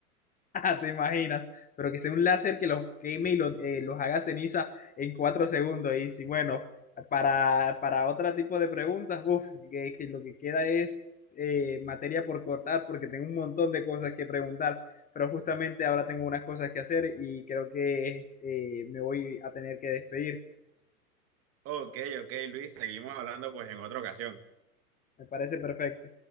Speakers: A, on the left (about 20°); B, on the right (about 30°).
A: Ah, te imaginas, pero que sea un láser que los queme y los, eh, los haga ceniza en cuatro segundos. Y si, bueno, para, para otro tipo de preguntas, uf, que, que lo que queda es eh, materia por cortar porque tengo un montón de cosas que preguntar, pero justamente ahora tengo unas cosas que hacer y creo que es, eh, me voy a tener que despedir.
B: Ok, ok, Luis, seguimos hablando pues en otra ocasión.
A: Me parece perfecto.